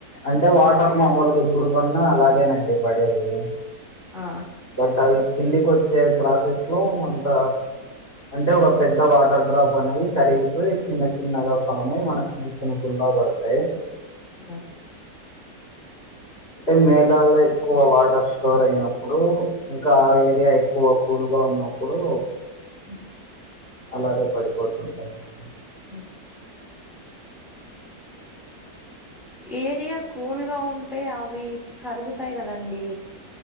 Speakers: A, on the left; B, in the centre.
A: అంటే వాటర్ మామూలుగా ఎప్పుడు పన్నా అలాగేనండి పడేది
B: ఆ
A: బట్ అవి కిందికోచ్చే ప్రాసెస్ లో అంత అంటే ఒక పెద్ద వాటర్ డ్రాప్ అనేది కరిగిపోయి చిన్న చిన్నగా ఫామ్ అయి మనకి చిన్ ల బడుతాయి
B: మ్
A: అయితే మేఘాళ్ళో ఎక్కువ వాటర్ స్టోర్ అయినప్పుడు ఇంకా ఆ ఏరియా ఎక్కువ కూల్ గ ఉన్నప్పుడు
B: ఉమ్,
A: అలాగే పడిపోతుంటాయండి
B: ఉమ్. ఏరియా కూల్గా ఉంటే అవి కరుగుతాయి కదండి